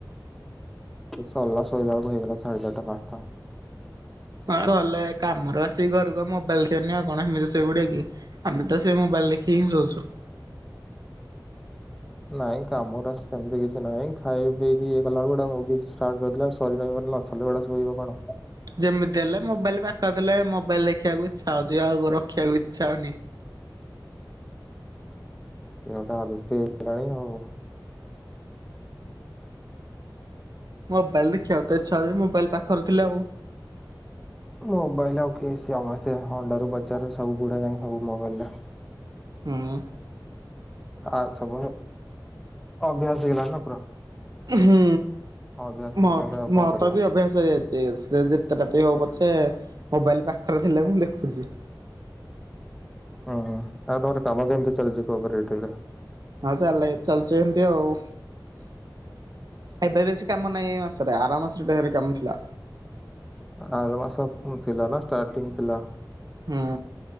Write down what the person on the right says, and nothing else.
ତମେ ଗଲେ କାମରେ ବା ସେଇ ଘରକୁ ମୋବାଇଲ ଦେଖିବନି ଆଉ କଣ ହେମିତି ଶୋଇପଡ଼ିବ କି ଆମେ ତ ସେ ମୋବାଇଲି ଦେଖି ହିଁ ସୋଉଛୁ।
ଯେମିତି ହେଲେ ମୋବାଇଲ ପାଖରେ ଥିଲେ ମୋବାଇଲ ଦେଖିବାକୁ ଇଚ୍ଛା ହଉଛି ଆଉ ରଖିବାକୁ ଇଚ୍ଛା ହଉନି।
ମୋବାଇଲ ଦେଖିବାକୁ ତ ଇଚ୍ଛା ହଉଚି ମୋବାଇଲ ପାଖ ଥିଲେ ଆଉ
ହୁଁ।
ହୁଁ
ମତ୍
ମତ୍
ବି ଅଭ୍ୟାସ ଶିଇଯାଇଚି ସେ ଯେତେଟା ହଉ ପଛେ ମୋବାଇଲି ପାଖରେ ଥିଲେ ମୁଁ ଦେଖୁଛି।
ହଁ ଚାଲ ଚାଲଚି ହେମିତି ଆଉ ଏବେ ବେଶୀ କାମ ନାହିଁ ଏମା ସରେ ଆରାମାସରେ ଢେରେ କାମ ଥିଲା।
ହୁଁ।